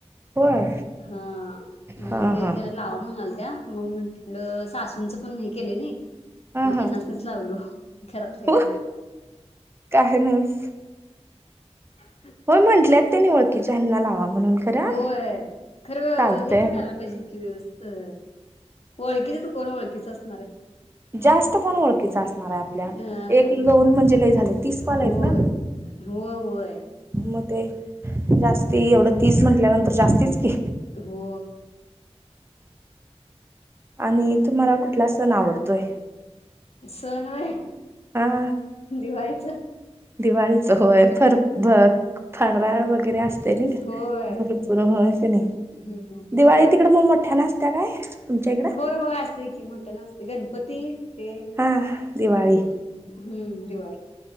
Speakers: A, on the right; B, on the left.
A: होय
B: हा म
A: हा हा
B: लावा म्हणाल त्या मग म्हटलं सासूंचं पण हे केलं नाही
A: हा
B: मग
A: हा
B: त्यांना लावलो घरातल्या
A: हो
B: घरात
A: काय नाहीस
B: ह
A: होय म्हंटलेत त्यानी ओळखीच्या अन्ना लावा म्हणून खरं
B: होय खरं
A: चालतंय
B: हे तर कला पाहिजेी व्यवस्था ओळखीच त कोण ओळखीच असत
A: जास्त कोण ओळखीच असणार आहे आपल्या
B: अ
A: एक दोन म्हणजे लय झालं तीस कॉलेज
B: होय
A: ना
B: होय होय
A: मग ते जास्ती एवढं तीस म्हटल्यानंतर जास्तीच की
B: हो
A: आणि तुम्हाला कुठला सण आवडतोय
B: सोनव
A: ह
B: दिवा्हायचं
A: दिवाळीचं होय फर भ फडराळ वगैरे असत का
B: होय
A: भरपूर होण्या क नाही
B: हम्म हम्म
A: दिवाळी तिकड मग मोठ्या नसत्या काय तुमच्या इकडं
B: हो होय असते की मोठा नसते गणपती ते
A: हा दिवाळी
B: हम्म दिवाळी